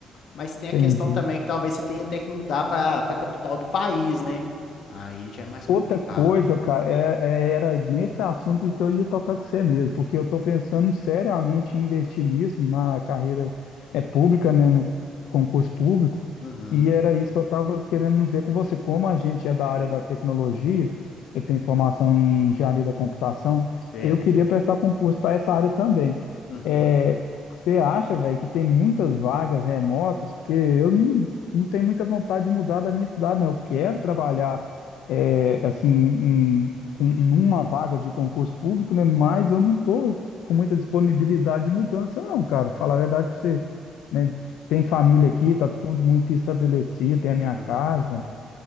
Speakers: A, on the left; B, on the left.
A: Mas tem a
B: Entendi.
A: questão também que talvez você tenha até que mudar para a capital do país, né? Aí já é mais complicado.
B: Outra coisa, cara, é- é- era nesse assunto em que eu ia tocar com você mesmo, porque eu estou pensando seriamente em investir nisso, na carreira é, pública, né, no concurso público,
A: Uhum,
B: e era isso que eu estava querendo ver com você. Como a gente é da área da tecnologia, eu tenho formação em engenharia da computação,
A: certo.
B: eu queria prestar concurso para essa área também.
A: Uhum.
B: É, você acha, velho, que tem muitas vagas remotas? Porque eu não, não tenho muita vontade de mudar da minha cidade, não. Eu quero trabalhar é, assim, em, com, numa vaga de concurso público, né? Mas eu não tô com muita disponibilidade de mudança, não, cara. Falar a verdade para você, né? Tem família aqui, tá tudo muito estabelecido, tem a minha
A: Uhum.
B: casa.